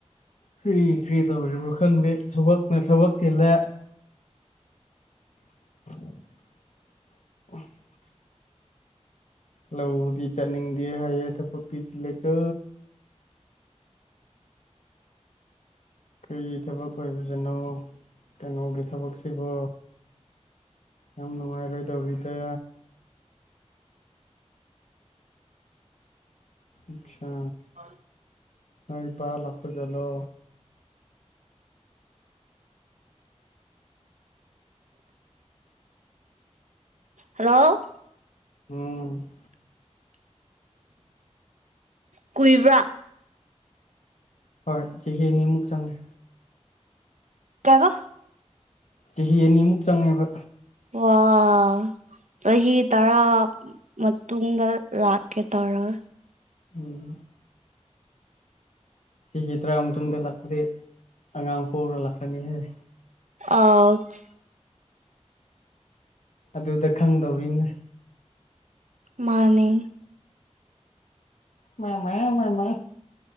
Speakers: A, on the left; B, on the right.
A: ꯀ꯭ꯔꯤ ꯀ꯭ꯔꯤ ꯇꯧꯔꯤꯕ꯭ꯔꯣ ꯈꯪꯗꯦ ꯊꯕꯛꯅ ꯊꯕꯛ ꯆꯤꯜꯂꯦ <inaudible> ꯂꯧꯗꯤ ꯆꯠꯅꯤꯡꯗꯦ ꯍꯥꯏꯌꯦ ꯊꯕꯛꯇꯤ ꯆꯤꯜꯂꯤꯀꯣ ꯀꯩ ꯊꯕꯛ ꯑꯣꯏꯕꯖꯅꯣ ꯀꯩꯅꯣꯒꯤ ꯊꯕꯛꯁꯤꯕꯨ ꯌꯥꯝ ꯅꯨꯡꯉꯥꯏꯔꯣꯏꯗꯧꯔꯤꯗ ꯑꯆꯥ
B: ꯍꯣꯏ
A: ꯏꯃꯥ ꯏꯄꯥ ꯂꯥꯛꯄꯗꯂꯣ
B: ꯔꯣ
A: ꯎꯝ
B: ꯀꯨꯏꯕ꯭ꯔꯥ
A: ꯍꯣꯏ ꯆꯍꯤꯅꯤꯃꯨꯛ ꯆꯪꯉꯦ
B: ꯀꯩꯕ
A: ꯆꯍꯤ ꯑꯅꯤꯃꯨꯛ ꯆꯪꯉꯦꯕ
B: ꯋꯥꯎ ꯆꯍꯤ ꯇꯔꯥ ꯃꯇꯨꯡꯗ ꯂꯥꯛꯀꯦ ꯇꯧꯔ
A: ꯎꯝ ꯇꯤꯒꯤ ꯇꯔꯥ ꯃꯇꯨꯡꯗ ꯂꯥꯛꯄꯗꯤ ꯑꯉꯥꯡ ꯄꯨꯔ ꯂꯥꯛꯀꯅꯤ ꯍꯥꯏ
B: ꯑꯥꯁ
A: ꯑꯗꯨꯗ ꯈꯪꯗꯧꯔꯤꯅꯦ
B: ꯃꯥꯅꯤ
A: ꯃꯥꯃꯥ ꯃꯥꯃꯥ